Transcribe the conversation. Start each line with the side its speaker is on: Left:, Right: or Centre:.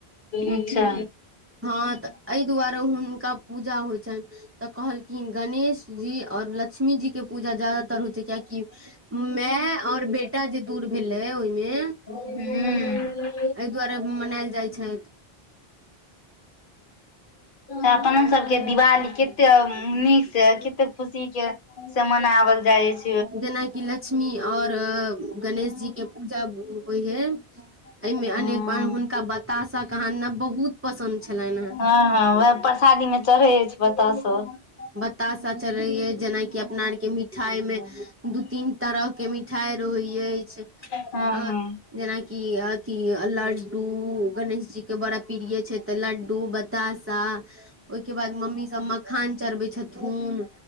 Left: अच्छा
Right: हँ तऽ एहि दुआरे हुनका पूजा होइ छइन तऽ कहलखिन गणेश जी और लक्ष्मी जी के पूजा ज्यादातर होइ छइ कियाकि माई और बेटा जे दूर भेलै ओहिमे
Left: हूँ
Right: एहि दुआरे मनैल जाई छै
Left: अपन सबके दिवाली कते नीक से कते खुशी के से मनावल जाइ अइछ
Right: जेना कि लक्ष्मी और गणेश जी के पूजा होइ हइ ऐ में अनेक
Left: हँ
Right: अनू आम बताना कहाँ दुना बहुत पसन्द छलनि हेँ
Left: हँ हँ उएह प्रसादी में चढ़ै अछि बताशो
Right: बताशा चढ़ैइ जेनाकि अपना आरके मिठाइ मे दू तीन तरह के मिठाइ रहइ अछि
Left: हँ हँ
Right: आ जेनाकि अथी लड्डू गणेश जी के बड़ा प्रिय छइ तऽ लड्डू बतासा ओहिके बाद मम्मी सब मखान चढ़बै छथुन
Left: ओ